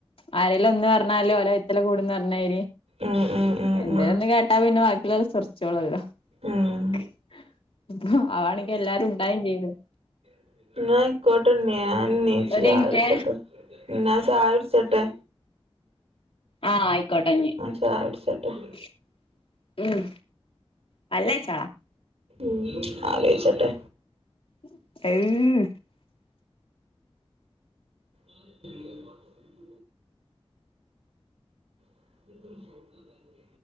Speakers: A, on the left; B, on the right.
A: ആരില ഒന്ന് പറഞ്ഞാലും അല ഇത്തല കൂടുന്ന ന്നായിരി
B: ഉം ഉം ഉം
A: എന്തേലന്ന്
B: ഉം
A: കേട്ടാ പിന്നെ ബാക്കിലല്ലയുള്ളരെ ശുറിച്ചോളല്ലോ സെർച്ചചൊള്ളൂവല്ലോ
B: ഉം
A: അവണെങ്ക എല്ലാരും ഉണ്ടായയും ചെയ്ത്
B: <unintelligible> എന്നായിക്കോട്ട് ചായകുടിച്ചോട്ടെ
A: ഒരു മിനിറ്റേ
B: എന്ന ചായ കുടിച്ചോട്ടേ
A: ആ ആയിക്കോട്ടെഞ്ഞ്.
B: ചായ കുടിച്ചട്ടെ
A: <inaudible> ഉം. പല്ലേച്ചാളാ
B: ഉം ആലോയ്ച്ചട്ടെ.
A: <inaudible>
B: <inaudible> <inaudible>